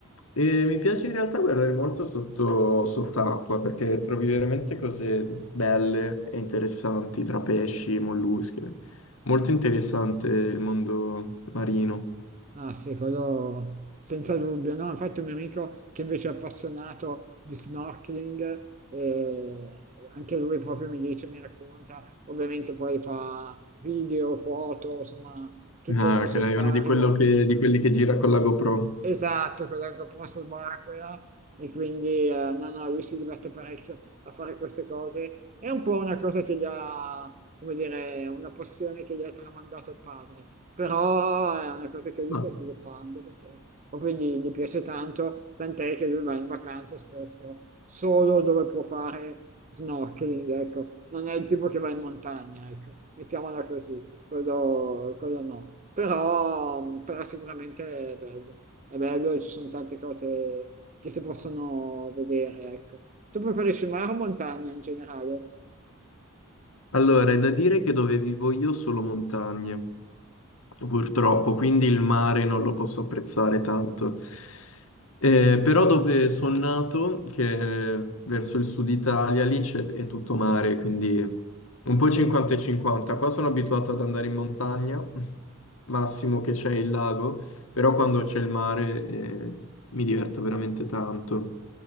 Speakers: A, on the left; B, on the right.
A: e mi piace in realtà guardare molto sotto, sott'acqua perché trovi veramente cose belle e interessanti tra pesci, molluschi. Molto interessante il mondo marino.
B: Ah sì, quello senza dubbio, no? Infatti un mio amico che invece è appassionato di snorkeling, eh, anche lui proprio mi dice, mi racconta, ovviamente poi fa video, foto, insomma tutto
A: Ah,
B: il necessario
A: ok, è uno di, quello che- di quelli che gira con la GoPro.
B: Esatto, con la GoPro subacquea e quindi eh, no, no, lui si diverte parecchio a fare queste cose. È un po' una cosa che gli ha, come dire, una passione che gli ha tramandato il padre, però è una cosa che lui
A: Ah.
B: sta sviluppando perché proprio gli, gli piace tanto, tant'è che lui va in vacanza spesso solo dove può fare snorkeling, ecco, non è il tipo che va in montagna, ecco, mettiamola così quello, quello no, però, però sicuramente è bello, è bello e ci sono tante cose che si possono vedere, ecco. Tu preferisci mare o montagna in generale?
A: Allora, è da dire che dove vivo io solo montagne. Purtroppo, quindi il mare non lo posso apprezzare tanto. Eh, però dove sono nato, che è verso il sud Italia, lì c'è, è tutto mare, quindi un po' 50 e 50. Qua sono abituato ad andare in montagna, massimo che c'è il lago, però quando c'è il mare, eh, mi diverto veramente tanto.